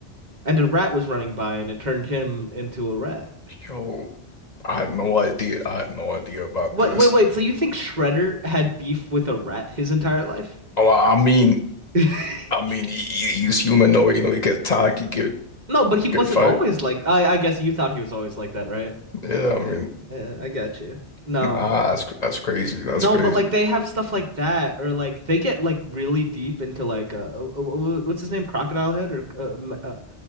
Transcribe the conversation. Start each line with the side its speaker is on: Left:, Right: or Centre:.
Right: And a rat was running by, and it turned him into a rat.
Left: Yo, I had no idea. I had no idea about
Right: Wait,
Left: this.
Right: wait, wait. So you think Shredder had beef with a rat his entire life?
Left: Oh, I mean,
Right: <laughs>
Left: I mean, he, he- he's humanoid. You know, he could talk. He could
Right: No, but he
Left: he could
Right: wasn't
Left: fight.
Right: always like. I, I guess you thought he was always like that, right?
Left: Yeah, I mean,
Right: Yeah, I got you. No.
Left: ah, that's that's crazy. That's
Right: No,
Left: crazy.
Right: but like they have stuff like that, or like they get like really deep into like uh uh, uh, uh, what's his name, Crocodile Head, or uh, m- uh